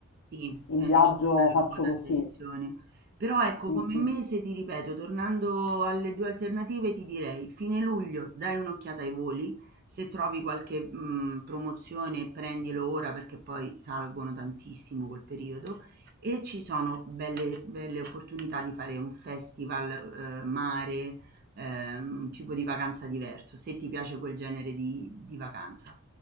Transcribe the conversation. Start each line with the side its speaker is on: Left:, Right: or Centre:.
Right: Sì,
Left: in
Right: è
Left: viaggio
Right: necessario
Left: faccio
Right: un po' d'attenzione.
Left: così.
Right: Però ecco,
Left: Sì,
Right: come
Left: sì.
Right: mese ti ripeto, tornando alle 2 alternative, ti direi fine luglio dai un'occhiata ai voli, se trovi qualche mh, promozione prendilo ora perché poi salgono tantissimo quel periodo e ci sono belle, belle opportunità di fare un festival, eh, mare, eh, un tipo di vacanza diverso, se ti piace quel genere di, di vacanza